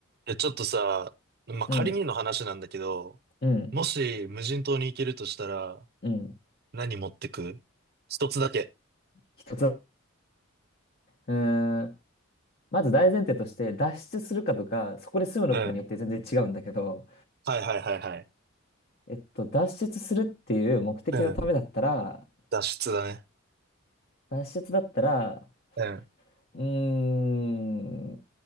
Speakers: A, on the right; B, on the left.
A: で、ちょっとさ、まあ、
B: うん、
A: 仮にの話なんだけど、
B: うん、
A: もし無人島に行けるとしたら、
B: うん。
A: 何持ってく一つだけ。
B: 一つうーん、まず大前提として、脱出するかとか、そこで住むのかによって全然違うんだけど、
A: うん。はいはいはいはい。
B: えっと、脱出するっていう目的のためだったら、
A: うん。脱出だね。
B: 脱出だったら、
A: うん。
B: うーん、